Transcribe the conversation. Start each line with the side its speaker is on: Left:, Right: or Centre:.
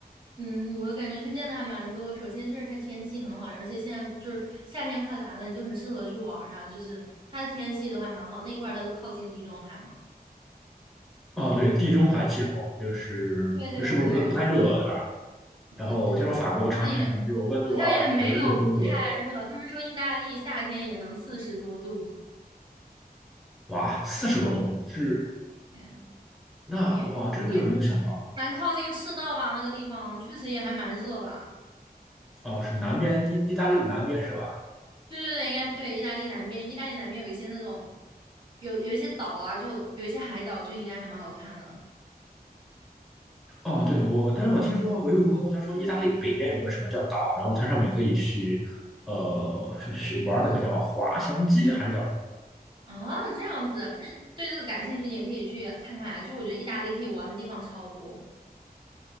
Right: 嗯，我感觉推荐的还蛮多。首先就是它天气很好，而且现在就是夏天快来了，你就很适合去玩儿啊。就是它的天气都还蛮好，那一块儿它都靠近地中海嘛。
Centre: 哦，对，地中海气候就是是不是不不太热，
Right: 对对对，然后
Centre: 对吧？然后我听说法国常年可能就温度二十六度左右，
Right: 呃呃，那也好像也没有不太热。他们说意大利夏天也能四十多度。
Centre: 哇，四十多度是
Right: 嗯，
Centre: 那哇，
Right: 对，因为它毕竟
Centre: 这个没有想到
Right: 蛮靠近赤道吧，那个地方确实也还蛮热吧。
Centre: 哦，是南边意意大利南边是吧？
Right: 对对对，应该对。意大利南边，意大利南边有一些那种有有一些岛啊，就有一些海岛，就应该还蛮好看的。
Centre: 哦，对，我，但是我听说我有一个朋友，他说意大利北边有个什么叫岛，然后它上面可以去，呃，去去玩那个叫滑翔机还是叫什
Right: 啊，这样子，那对这个感兴趣，你也可以去看看啊。就我觉得意大利可以玩的地方超多。